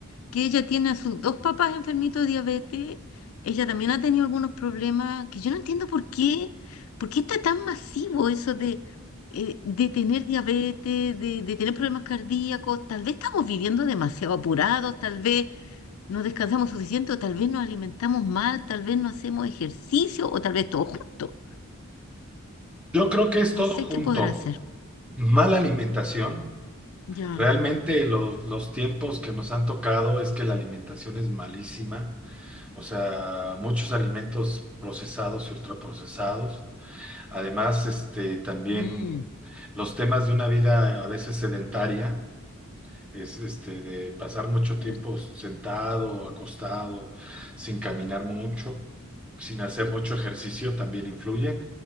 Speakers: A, on the left; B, in the centre.
A: que ella tiene a sus dos papás enfermitos de diabetes. Ella también ha tenido algunos problemas que yo no entiendo por qué, por qué está tan masivo eso de, eh, de tener diabetes, de, de tener problemas cardíacos. Tal vez estamos viviendo demasiado apurados, tal vez no descansamos suficiente o tal vez nos alimentamos mal, tal vez no hacemos ejercicio o tal vez todo junto.
B: Yo creo que es
A: No
B: todo
A: sé
B: junto.
A: qué podrá hacer.
B: Mala alimentación.
A: Ya,
B: Realmente los, los tiempos que nos han tocado es que la alimentación es malísima. O sea, muchos alimentos procesados y ultraprocesados Además, este, también
A: mm,
B: los temas de una vida a veces sedentaria, es este, de pasar mucho tiempo
A: cierto.
B: sentado, acostado, sin caminar mucho, sin hacer mucho ejercicio, también influye,